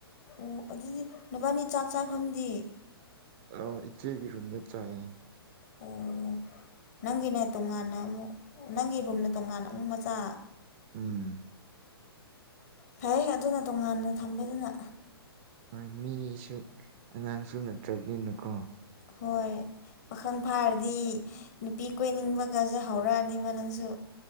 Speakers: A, on the left; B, on the right.
A: ꯑꯣ ꯑꯗꯨꯗꯤ ꯅꯨꯄꯥꯅꯤ ꯆꯥꯛ ꯆꯥꯐꯝꯗꯤ
B: ꯑ ꯏꯆꯦꯒꯤ ꯔꯨꯝꯗ ꯆꯥꯏ
A: ꯑꯣ ꯅꯪꯒꯤꯅ ꯇꯣꯉꯥꯟꯅ ꯑꯃꯨꯛ ꯅꯪꯒꯤ ꯔꯨꯝꯅ ꯇꯣꯉꯥꯟꯅ ꯑꯃꯨꯛ ꯃꯆꯥ
B: ꯎꯝ
A: ꯐꯩ ꯑꯗꯨꯅ ꯇꯣꯉꯥꯟꯅ ꯊꯝꯕꯗꯨꯅ
B: ꯍꯣꯏ ꯃꯤꯁꯨ ꯑꯉꯥꯡꯁꯨ ꯅꯠꯇ꯭ꯔꯕꯤꯅꯨꯀꯣ
A: ꯍꯣꯏ ꯄꯥꯈꯪ ꯐꯥꯔꯗꯤ ꯅꯨꯄꯤ ꯀꯣꯏꯅꯤꯡꯕ ꯒꯖꯥ ꯍꯧꯔꯥꯑꯅꯤ ꯃꯅꯁꯨ